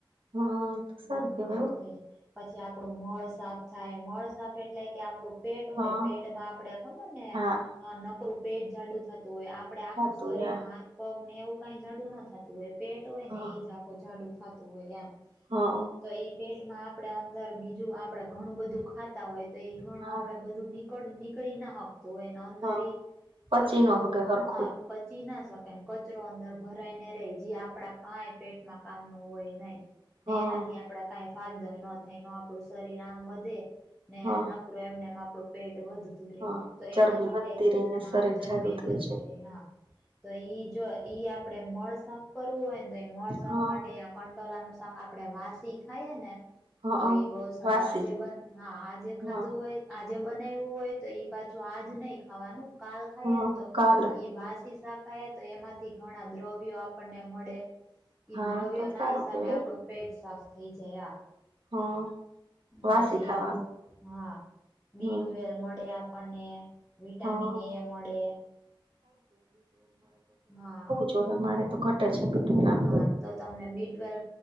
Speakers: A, on the right; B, in the centre.
A: હમ.
B: હમ,
A: સારું કેવાય
B: બધું
A: હો.
B: થઈ જાય પછી આપડું મળ સાફ થાય. મળ સાફ એટલે કે આપડું પેટ
A: હા
B: હોય, પેટમાં આપડે ખબર ને
A: હા
B: નકરું? પેટ જાડું થતું હોય, આપડે આખું
A: હતું
B: શરીર
A: હ
B: હાથ-પગ ને એવું કઈ જાડું ન થતું. હોય પેટ હોય
A: હા
B: ને, એઈ જાખ જાડું થતું હોય એમ.
A: હા
B: તો એ પેટમાં આપડે અંદર બીજું આપડે ઘણું બધું ખાતા હોય, તો એ ઘણું
A: હા
B: આપડે બધુ નીકળ નીકળી ના આપતું, એના અંદર
A: હા પચી
B: કચરો,
A: નો હગે હરખું
B: હા. પચી ના શકે, કચરો અંદર ભરાય ને રે જે. આપડા કાંઈ પેટમાં કામ ન હોય, નહીં. ને
A: હા
B: એનાથી આપડા કંઈ ફાયદો ન થાય. આપણું શરીર આમ વધે ને.
A: હા
B: એમને એમાં આપડું પેટ વધે.
A: હા
B: તો
A: ચરબી
B: એના માટે,
A: વધતી રહીને
B: હા,
A: શરીર
B: ચાર
A: જાડુ
B: બે
A: થઈ
B: વધ
A: જાય
B: રે, હા. તો ઈ જો ઈ આપણેે મળ સાફ કરવું હોય ને, તો એ મળ સાફ
A: હા
B: માટે કંટોલા નુ શાક આપડે વાસી ખાઈએ ને તો
A: હા
B: ઈ બહ સારું,
A: વાસી
B: આજ પણ, હા. આ જે ખાધું
A: હા
B: હોય. આજે બનાવવું હોય, તો ઈ પાછું આજ નહીં ખાવાનું. કાલે ખાય
A: હા
B: ને, તો
A: કાલે
B: ઈ વાસી ધણા તો એમાંથી ઘણા દ્રવ્યો આપણને મળે,
A: હા
B: દ્રવ્યો
A: તો સારું
B: ના હિસાબે.
A: કેવાય
B: આપડું પેટ સાફ થઈ જાય.
A: હા. વાસી
B: પછી
A: ખાવાનું
B: એમાં હા બી
A: હમ
B: ટ્વેલ મળે આપણને વિટામિન
A: હા
B: એ મળે હા
A: જો હ મારે તો ઘટ જ છે બી ટ્વેલ આમે
B: હા તો તમને બી ટ્વેલ